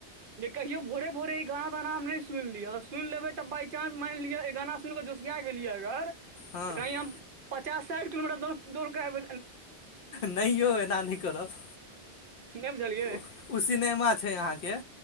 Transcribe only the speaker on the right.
जे कहियो भोरे भोरे ई गाना ताना हम नहि सुनलियै अगर सुनि लेबै त बाय चान्स मान लिअ गाना जोसिया गेलियै अगर
कही हम पचास साइठ किलोमीटर दौड़ क आब
नहि बुझलियै